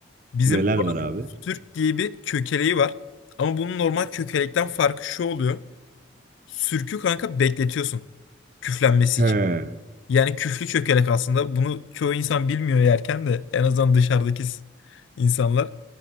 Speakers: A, on the left; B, on the right.
A: Bizim
B: neler
A: oranın
B: var abi?
A: sürk diye bir kökeleği var. Ama bunun normal kökelekten farkı şu oluyor. Sürkü kanka bekletiyorsun küflenmesi
B: He
A: için. Yani küflü çökelek aslında. Bunu çoğu insan bilmiyor yerken de en azından dışarıdaki s- insanlar.